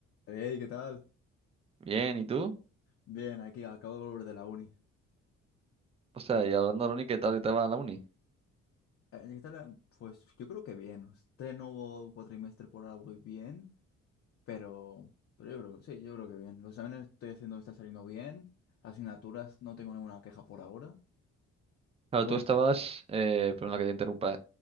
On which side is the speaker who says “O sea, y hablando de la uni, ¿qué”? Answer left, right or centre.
Right